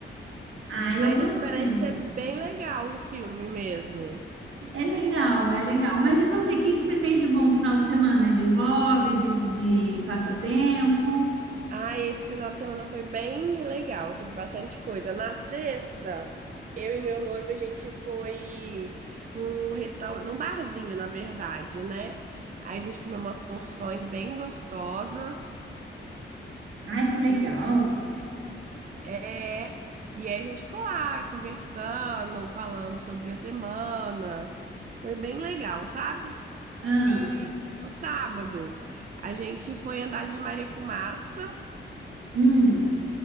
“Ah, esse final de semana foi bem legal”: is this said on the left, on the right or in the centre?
Right